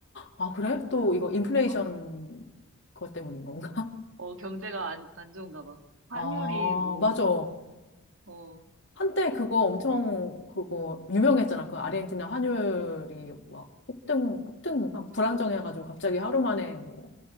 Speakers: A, on the left; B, on the right.
A: 아, 그래? 또 이거 인플레이션
B: 어,
A: 그것 때문인 건가?
B: 어, 경제가 안, 안 좋은가 봐. 환율이
A: <laughs> 아,
B: 뭐,
A: 맞아.
B: 어,
A: 한때 그거 엄청 그거 유명했잖아. 그 아르헨티나 환율이 막 폭등, 폭등인가? 불안정해가지고 갑자기 하루 만에 뭐